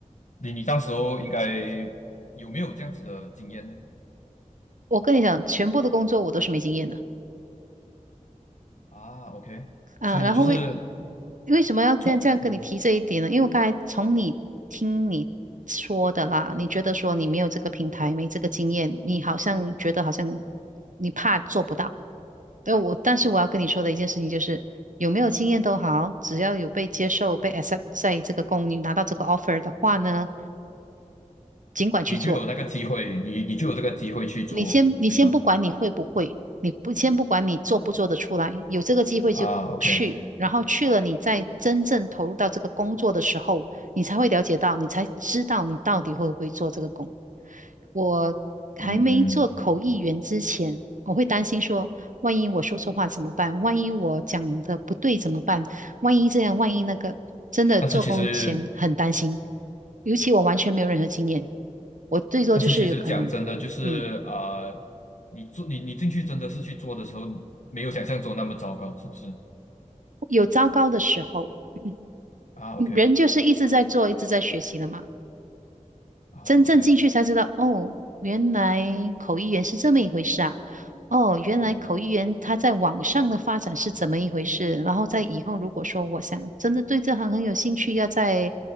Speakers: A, on the left; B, on the right.
A: 你你当时候应该有没有这样子的经验呢？
B: 我跟你讲，全部的工作我都是没经验的
A: 啊，OK，
B: 啊。
A: 所以你就是
B: 然后为为什么要这样这样跟你提这一点呢？
A: 做，嗯
B: 因为我刚才从你听你说的啦，你觉得说你没有这个平台，没这个经验，你好像觉得好像你怕做不到。那我，但是我要跟你说的一件事情就是，有没有经验都好，只要有被接受、被 accept 在这个公，你拿到这个 offer 的话呢，尽管去做。
A: 你就有那个机会，你你就有这个机会去做，
B: 你先，你先不管你会不会，
A: 对吗？
B: 你不先不管你做不做得出来，有这个机会就去，
A: 啊，OK，
B: 然后去了，你再真正投入到这个工作的时候，你才会了解到，你才知道你到底会不会做这个工。我还没做口译员之前，
A: 嗯嗯。
B: 我会担心说，万一我说错话怎么办？万一我讲的不对怎么办？万一这样，万一那个，真的做工前很担心，
A: 但是其实，
B: 尤其我完全没有任何经验，我最多就是有可能。
A: 但是其实讲真的，就是啊、
B: 嗯。
A: 呃你做你你进去真的是去做的时候，没有想象中那么糟糕，是不是？
B: 有糟糕的时候，嗯
A: 啊，OK。
B: 嗯人就是一直在做，一直在学习的嘛。
A: 啊，OK，
B: 真正进去才知道，哦，原来口译员是这么一回事啊！哦，原来口译员他在网上的发展是怎么一回事？
A: 嗯，
B: 然后在以后如果说我想真的对这行很有兴趣，要在